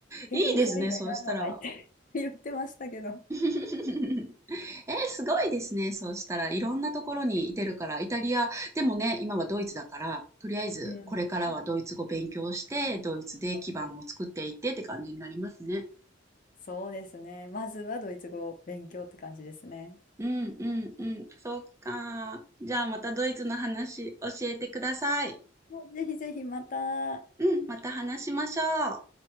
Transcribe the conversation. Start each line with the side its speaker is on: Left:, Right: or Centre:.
Left: 逆にそれ以外何もないって
Right: いいですね、そうしたら。
Left: <laughs> 言ってましたけど。
Right: <laughs> えー、すごいですね、そうしたら。いろんなところにいてるから、イタリア、でもね、今はドイツだから、とりあえずこれからはドイツ語勉強して、
Left: うん、
Right: ドイツで基盤を作っていってって感じになりますね。
Left: そうです。そうですね。まずはドイツ語を勉強って感じですね。
Right: うんうんうん、そっか。じゃあまたドイツの話教えてください。
Left: もうぜひぜひまた
Right: うん、また話しましょう。